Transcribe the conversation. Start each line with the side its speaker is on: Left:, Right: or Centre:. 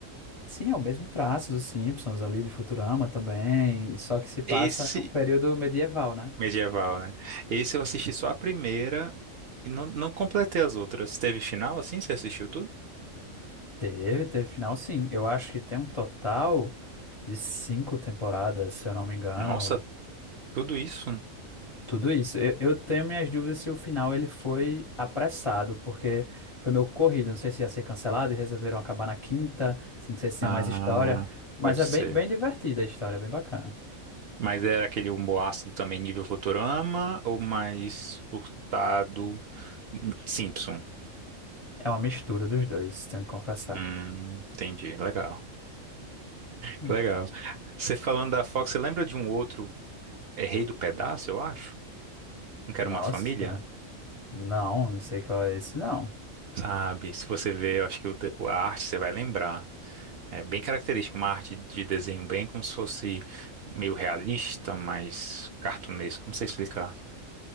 Left: Sim, é o mesmo traço dos Simpsons ali, de Futurama também, só que se passa
Right: Esse
Left: num período medieval, né?
Right: medieval, né? Esse eu assisti só a primeira e não, não completei as outras. Teve final assim? Você assistiu tudo?
Left: Teve, teve final, sim. Eu acho que tem um total de cinco temporadas, se eu não me engano.
Right: Nossa, tudo isso?
Left: Tudo isso. Eu, eu tenho minhas dúvidas se o final ele foi apressado, porque foi meio corrido. Não sei se ia ser cancelado e resolveram acabar na quinta. Não sei se tinha
Right: Ah,
Left: mais história, mas
Right: pode
Left: é
Right: ser.
Left: bem, bem divertida a história, é bem bacana.
Right: Mas era aquele humor ácido também nível Futurama ou mais surtado Simpson?
Left: É uma mistura dos dois, tenho que confessar.
Right: Hum, entendi. Legal.
Left: Hum.
Right: Que Legal. Você falando da Fox, você lembra de um outro, é Rei do Pedaço, eu acho? Não quero
Left: Nossa.
Right: uma família?
Left: Não, não sei qual é esse, não.
Right: Sabe, se você ver, eu acho que o de- a arte você vai lembrar. É bem característico, uma arte de desenho bem como se fosse meio realista, mas cartunesco. Não sei explicar.